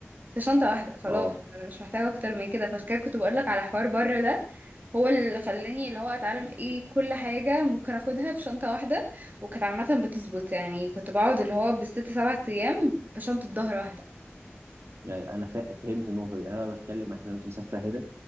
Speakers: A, on the right; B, on the right.
A: في شنطة واحدة خلاص
B: اه
A: أنا مش محتاجة أكتر من كده فعشان كده كنت بقولك على حوار بره ده هو اللي خلاني اللي هو أتعلم إيه كل حاجة ممكن أخدها في شنطة واحدة وكانت عامة بتظبط يعني كنت بقعد اللي هو بالست سبعة أيام بشنطة ظهر واحدة
B: يعني انا فا- فهمت النقطه دي انا بتكلم معاك لو انت مسافره هنا